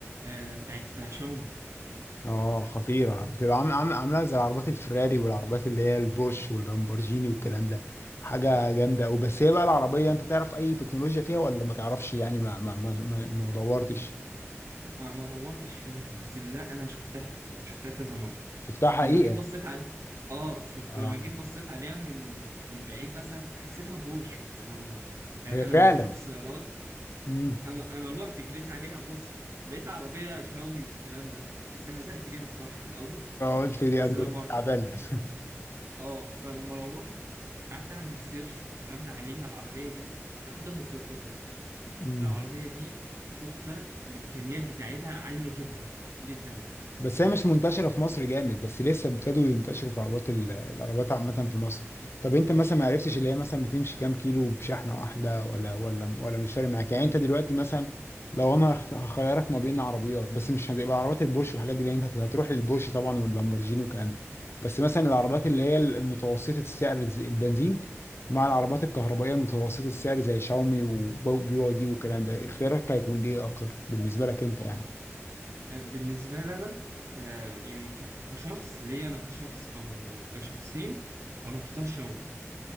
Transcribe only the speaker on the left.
اه خطيرة بتبقى عام- عام- عاملة زي العربيات الفراري والعربيات اللي هي البورش واللامبورجيني والكلام ده حاجة جامدة أوي بس هي بقى العربية انت تعرف اي تكنولوجيا فيها ولا ما تعرفش يعني ما ما ما, ما, ما دورتش
شفتها حقيقة
اه
هي
فعلا
امم
قلت دي
اندرويد
تعبانة <laughs>
امم
بس هي مش منتشرة في مصر جامد بس لسه ابتدوا ينتشروا في عربات ال- العربات عامة في مصر طب انت مثلا ما عرفتش اللي هي مثلا بتمشي كام كيلو بشحنة واحدة ولا ولا ولا مش فارق معاك يعني انت دلوقتي مثلا لو انا هخ- هخيرك ما بين عربيات بس مش هتبقى عربات البورش والحاجات دي لان انت هتروح للبورش طبعا واللامبورجيني والكلام ده بس مثلا العربات
اللي هي المتوسطة السعر الز- البنزين مع العربات الكهربائية المتوسطة السعر زي شاومي وبي واي دي والكلام ده اختيارك هيكون ايه اكتر بالنسبة لك انت يعني